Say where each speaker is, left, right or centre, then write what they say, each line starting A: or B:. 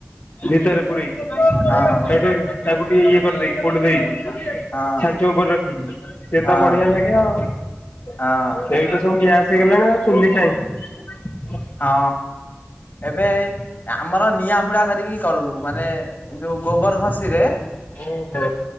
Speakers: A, on the left; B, on the left.
A: ଭିତରେ ପୁରେଇକି ସେଇଠେ
B: ହଁ
A: ତାକୁ ଟିକେ ଇଏ କରଦେଇକି ପୋଡ ଦେଇକି
B: ହଁ
A: ଛାଞ୍ଚ ଉପରେ ରଖିକି ସେ
B: ହଁ
A: ତ ବଢିଆ ଲାଗେ ଆଉ ଏବେ
B: ହଁ
A: ତ ସବୁ ଗ୍ୟାସ୍ ହେଇଗଲାଣି ଆଉ ଚୁଲି କାଇଁ
B: ହଁ। ଏବେ ଆମର ନିଆଁ ହୁଡ଼ା କରିକି କରୁ ମାନେ ଯୋଉ ଗୋବର ଘଷିରେ
A: ଓହୋ